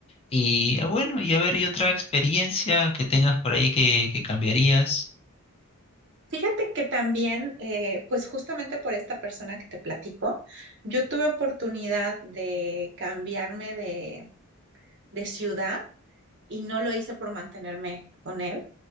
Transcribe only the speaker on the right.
Fíjate que también, eh, pues justamente por esta persona que te platico, yo tuve oportunidad de cambiarme de, de ciudad y no lo hice por mantenerme con él